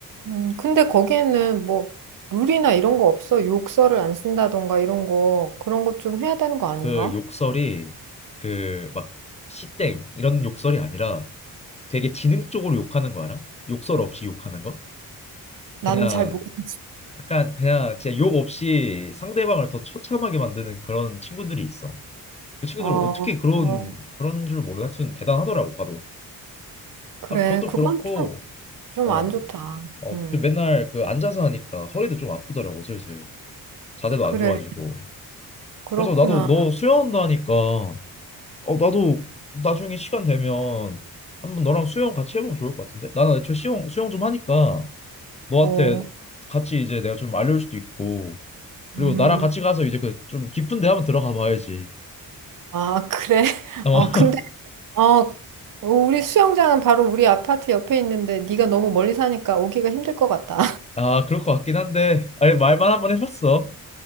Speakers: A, on the right; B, on the left.
A: 음, 근데 거기에는 뭐, 룰이나 이런 거 없어? 욕설을 안 쓴다던가 이런 거, 그런 거 좀 해야 되는 거 아닌가?
B: 그 욕설이 그 막 시땡 이런 욕설이 아니라 되게 지능 적으로 욕하는 거 알아? 욕설 없이 욕하는 거?
A: 나는
B: 그냥
A: 잘 모르겠어.
B: 약간 그냥 진짜 욕 없이 상대방을 더 처참하게 만드는 그런 친구들이 있어. 그 친구들
A: 어,
B: 어떻게 그런
A: 어,
B: 그런 줄 모르 하여튼 대단하더라고 봐도.
A: 그래.
B: 아 그것도
A: 그건
B: 그렇고.
A: 좀, 좀
B: 어
A: 안 좋다.
B: 어,
A: 음,
B: 그 맨날 그 앉아서 하니까 허리도 좀 아프더라고 슬슬 자세도
A: 그래.
B: 안 좋아지고
A: 그렇구나.
B: 그래서 나도 너 수영한다 하니까 어 나도 나중에 시간 되면 한번 너랑 수영 같이 해보면 좋을 것 같은데 나는 애초에 수영 수영 좀 하니까 너한테
A: 어,
B: 같이 이제 내가 좀 알려줄 수도 있고 그리고
A: 음,
B: 나랑 같이 가서 이제 그 좀 깊은 데 한번 들어가 봐야지
A: 아, 그래. <laughs>
B: 어,
A: 어,
B: <laughs>
A: 근데, 어, 우리 수영장은 바로 우리 아파트 옆에 있는데 네가 너무 멀리 사니까 오기가 힘들 것 같다.
B: 아 그럴 것 같긴 한데 아니 말만 한번 해봤어